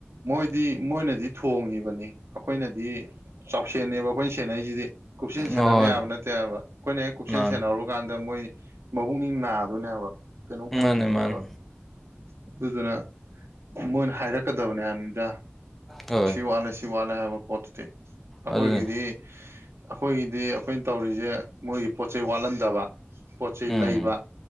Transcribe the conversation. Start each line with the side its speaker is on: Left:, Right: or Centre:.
Right: ꯃꯣꯏꯗꯤ ꯃꯣꯏꯅꯗꯤ ꯊꯣꯡꯉꯤꯕꯅꯤ ꯑꯩꯈꯣꯏꯅꯗꯤ ꯆꯥꯎꯁꯦꯟꯅꯦꯕ ꯑꯩꯈꯣꯏꯅ ꯁꯦꯟꯅꯁꯤꯗꯤ ꯀꯨꯞꯁꯦꯟ
Centre: ꯍꯣꯏ
Right: ꯁꯦꯟꯅꯕ ꯌꯥꯕ ꯅꯠꯇꯦ ꯍꯥꯏꯕ ꯑꯩꯈꯣꯏꯅ ꯍꯦꯛ ꯀꯨꯞꯁꯦꯟ
Centre: ꯃꯥꯅꯤ
Right: ꯁꯦꯟꯅꯍꯧꯔꯨꯀꯥꯟꯗ ꯃꯣꯏ ꯃꯕꯨꯛꯅꯤꯡ ꯅꯥꯗꯣꯏꯅꯦꯕ ꯀꯩꯅꯣꯝ
Centre: ꯃꯥꯅꯦ
Right: ꯈꯟꯈꯤꯗꯣꯏꯅꯦꯕ
Centre: ꯃꯥꯅꯦ
Right: ꯑꯗꯨꯗꯨꯅ ꯃꯣꯏꯅ ꯍꯥꯏꯔꯛꯀꯗꯕꯅꯦ ꯍꯥꯏꯃꯤꯗ
Centre: ꯍꯣꯏ
Right: ꯁꯤ ꯋꯥꯠꯂꯦ ꯁꯤ ꯋꯥꯠꯂꯦ ꯍꯥꯏꯕ ꯄꯣꯠꯇꯨꯗꯤ ꯑꯩꯈꯣꯏꯒꯤꯗꯤ
Centre: ꯑꯗꯨꯅꯤ
Right: ꯑꯩꯈꯣꯏꯒꯤꯗꯤ ꯑꯩꯈꯣꯏꯅ ꯇꯧꯔꯤꯁꯦ ꯃꯣꯏꯒꯤ ꯄꯣꯠ ꯆꯩꯩ ꯋꯥꯠꯍꯟꯗꯕ ꯄꯣꯠ ꯆꯩꯩ
Centre: ꯎꯝ
Right: ꯂꯩꯕ